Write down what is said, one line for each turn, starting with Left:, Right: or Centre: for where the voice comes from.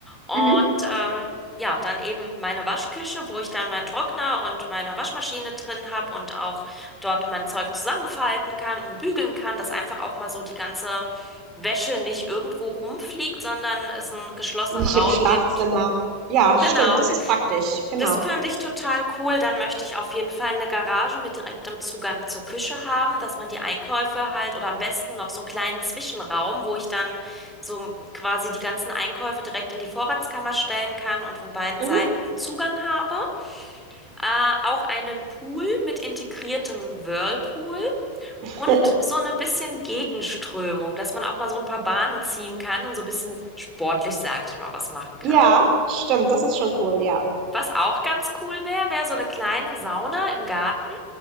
Centre: Und
Right: Mhm.
Centre: ähm, ja, dann eben meine Waschküche, wo ich dann meinen Trockner und meine Waschmaschine drin habe und auch dort mein Zeug zusammenfalten kann und bügeln kann, dass einfach auch mal so die ganze Wäsche nicht irgendwo rumfliegt, sondern es einen geschlossenen
Right: Nicht
Centre: Raum
Right: im Schlafzimmer.
Centre: gibt.
Right: Ja, stimmt,
Centre: Genau.
Right: das ist praktisch, genau.
Centre: Das fand ich total cool. Dann möchte ich auf jeden Fall eine Garage mit direktem Zugang zur Küche haben, dass man die Einkäufe halt oder am besten noch so einen kleinen Zwischenraum, wo ich dann so quasi die ganzen Einkäufe direkt in die Vorratskammer stellen kann und von beiden
Right: Mhm.
Centre: Seiten Zugang habe. Äh, auch einen Pool mit integriertem Whirlpool
Right: <laughs>
Centre: und so eine bisschen Gegenströmung, dass man auch mal so ein paar Bahnen ziehen kann und so ein bisschen sportlich, sag ich mal, was machen kann.
Right: Ja, stimmt, das ist schon cool, ja.
Centre: Was auch ganz cool wäre, wäre so eine kleine Sauna im Garten